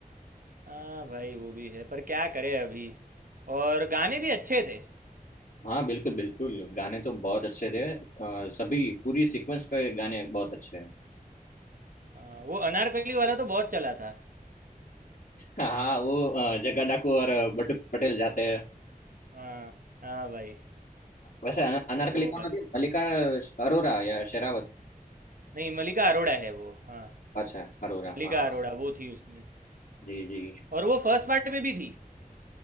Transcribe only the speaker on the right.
हाँ भाई वो भी है पर क्या करे अभी और गाने भी अच्छे थे
हाँ, वो अनारकली वाला तो बहुत चला था
हाँ हाँ भाई
वो
वाला
नहीं मलिका अरोड़ा है वो हाँ
मलिका
अरोड़ा वो थी उसमें
और वो फर्स्ट पार्ट में भी थी